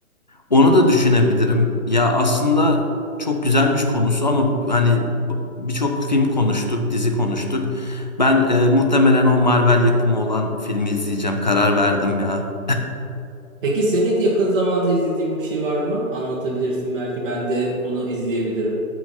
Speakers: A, on the left; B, on the right.
A: Onu da düşünebilirim. Ya aslında çok güzelmiş konusu ama hani b- birçok film konuştuk, dizi konuştuk. Ben e, muhtemelen o Marvel yapımı olan filmi izleyeceğim. Karar verdim ya.
B: Peki senin yakın zamanda izlediğin bir şey var mı? Anlatabilirsin belki ben de onu izleyebilirim.